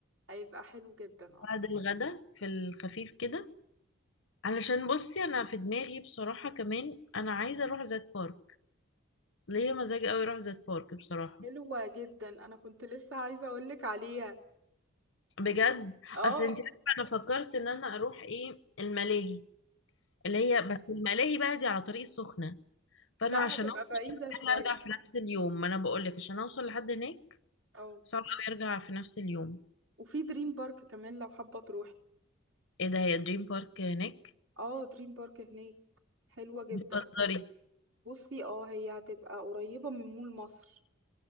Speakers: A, on the right; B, on the left.
A: هيبقى حلو جدا اه
B: بعد الغدا في الخفيف كده علشان بصي انا في دماغي بصراحة كمان انا عايزة اروح زيت بارك ليا مزاج قوي اروح زيت بارك بصراحة
A: حلوة جدا انا كنت لسه عايزة اقولك عليها
B: بجد
A: اه
B: اصل انت عارفة انا فكرت ان انا اروح ايه الملاهي اللي هي بس الملاهي بقى دي على طريق السخنة فانا
A: لا
B: عشان
A: هتبقى
B: اوصل
A: بعيدة
B: استحاله
A: شوية
B: ارجع في نفس اليوم ما انا بقول لك عشان اوصل لحد هناك
A: اه
B: صعب قوي ارجع في نفس اليوم
A: وفي دريم بارك كمان لو حابة تروحي
B: ايه ده هي دريم بارك هناك
A: اه دريم بارك هناك حلوة جدا
B: بتهزري
A: بصي اه هي هتبقى قريبة من مول مصر